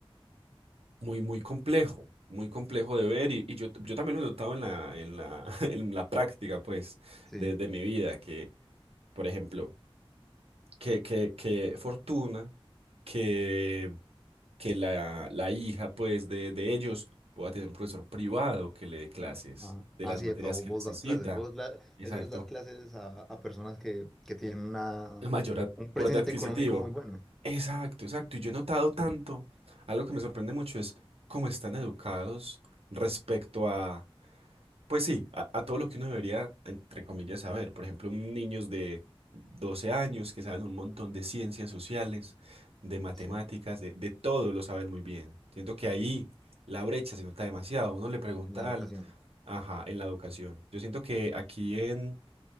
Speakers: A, on the right (about 80°); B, in the centre.
A: muy, muy complejo, muy complejo de ver y, y yo, yo también lo he notado en la, en la, <laughs> en la práctica, pues,
B: Sí.
A: desde mi vida, que, por ejemplo, que, que, que Fortuna, que, que la, la hija pues de, de ellos pueda tener un profesor privado que le dé clases
B: Ajá.
A: de
B: Ah,
A: las
B: sí,
A: materias
B: Epa, vos,
A: que
B: vos
A: necesita.
B: das clases, vos la-
A: Exacto.
B: le sueles dar clases a, a personas que, que tienen una,
A: Mayor ad-
B: un
A: poder
B: presente
A: adquisitivo.
B: económico muy bueno.
A: Exacto, exacto. Y yo he notado tanto, algo que me sorprende mucho es cómo están educados respecto a Pues sí, a, a todo lo que uno debería, entre comillas, saber. Por ejemplo, niños de 12 años que saben un montón de ciencias sociales, de matemáticas,
B: Sí.
A: de, de todo lo saben muy bien. Siento que ahí la brecha se nota demasiado. Uno le pregunta
B: en la educación.
A: al, ajá, en la educación. Yo siento que aquí en,